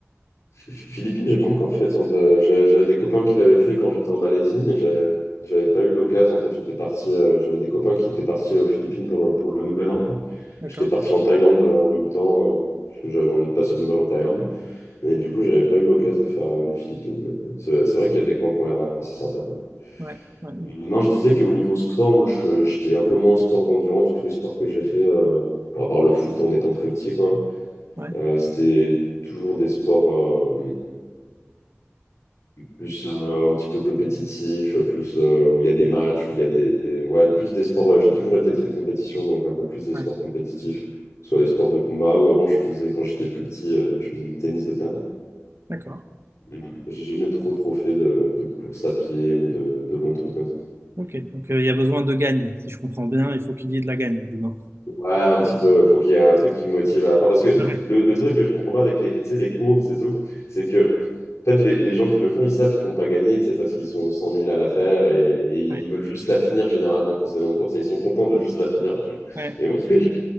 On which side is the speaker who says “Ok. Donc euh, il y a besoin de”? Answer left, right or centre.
Right